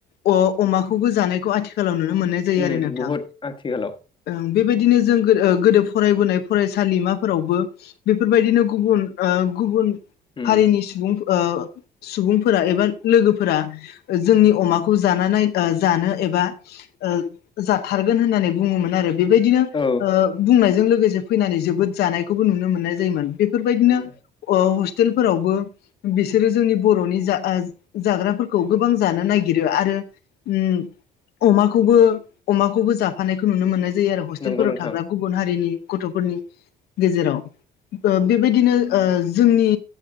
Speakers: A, on the left; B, on the left.
A: अ अमाखौबो जानायखौ आथिखालाव नु मोननाय जायो
B: उम
A: आरो नोंथां
B: बुहुद आथिखालाव
A: ओ बेबायदिनो जों गो गोदो फरायबोनाय फरायसालिमाफोरावबो बेफोर बायदिनो गुबुन ओ गुबुन
B: उम
A: हारिनि सुबुं ओ सुबुंफोरा एबा लोगोफोरा जोंनि अमाखौ जानानै जानो एबा ओ जाथार जागोन होननानै बुङोमोन आरो बेबायदिनो
B: औ
A: ओ बुंनायजों लोगोसे फैनानै जोबोद जानायखौबो नुनो मोननाय जायोमोन। बेफोर बायदिनो
B: उम
A: ओ हब टेलफोरावबो बिसोरो जोंनि बर'नि जा जाग्राफोरखौ गोबां जानो नागिरो आरो उम अमाखौबो अमाखौबो जाफानायखौ नुनो मोननाय जै आरो हस्टेलफोराव
B: नंगौ नोंथां
A: थाग्रा गुबुन हारिनि गथफोरनि गेजेराव ओ बेबायदिनो ओ जोंनि